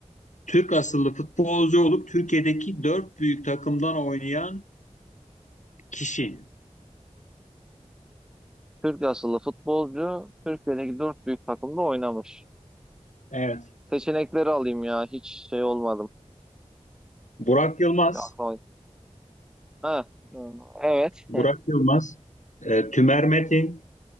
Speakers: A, on the left (about 85°); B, in the centre.
A: Türk asıllı futbolcu olup Türkiye'deki dört büyük takımdan oynayan kişi.
B: Türk asıllı futbolcu, Türkiye'deki dört büyük takımda oynamış.
A: Evet.
B: Seçenekleri alayım ya, hiç şey olmadım.
A: Burak Yılmaz,
B: Böyle aklıma... Ha, evet.
A: Burak
B: <laughs>
A: Yılmaz, e, Tümer Metin,